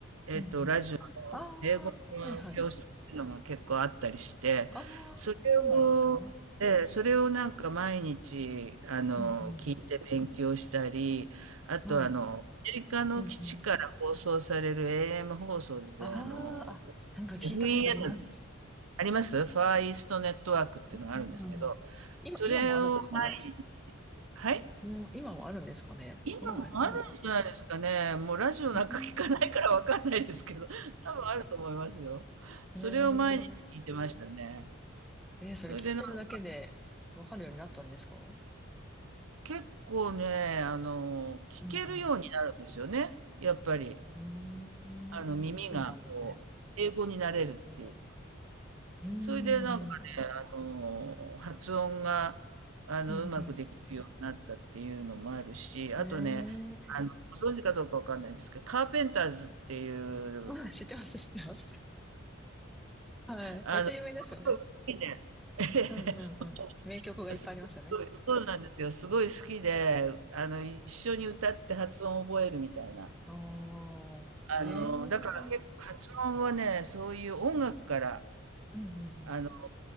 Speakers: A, on the right; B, in the centre.
A: えっと、
B: うん。うん。
A: ラジオ英語の教室っていうのが結構あったりして、
B: ああ。はいはい。ああ、
A: それを、
B: そうなんですね。
A: ええそれをなんか毎日、あの、
B: うん
A: 聞いて勉強したり、あとあの、
B: うんはい。
A: アメリカの基地から放送される
B: うん。うん
A: AM 放送で、
B: あ
A: あの、
B: あ、あ、なんか聞いたことあります。
A: FEN ありますファーイーストネットワークっていうのがあるんですけど、
B: うん。今、
A: それを、
B: 今もあるんですかね。
A: 毎日はい
B: うん、今もあるんですかね。
A: 今もあるんじゃないですかね。
B: 今もやってるのかな
A: もうラジオなんか聞かないからわかんないですけど、
B: うん
A: 多分あると思いますよ。それを毎日聞いてましたね。
B: <laughs> な。えー、えーそれ聞いてるだけでわかるようになったんですかう
A: それでなんか結構ね、あの、聞けるようになるんですよね。
B: んうん。
A: やっぱり、
B: うーん。
A: あの、耳がこう、
B: あ、そうなんですね。
A: 英語になれるっていう。
B: えー、うーん。
A: それでなんかね、
B: うん、
A: あの、発音が、あの、
B: うん。
A: うまくできるようになったっていうのもあるし、あとね、
B: えー、
A: あの、ご存知かどうかわかんないんですけど、カーペンターズってい
B: あ、
A: う、
B: 知ってます、知ってます。はい。
A: あの、
B: めっちゃ有名ですよね。
A: すごい好きで、<laughs> ええ、
B: うんうんうん。
A: そ
B: 名曲がいっぱいありますよね。
A: う、そうなんですよ。すごい好きで、あの、一緒に歌って発音を覚えるみたいな。
B: ああー、
A: あの、
B: へえ。うん
A: だから結構発音はね、そういう音楽から、
B: うんうん
A: あの、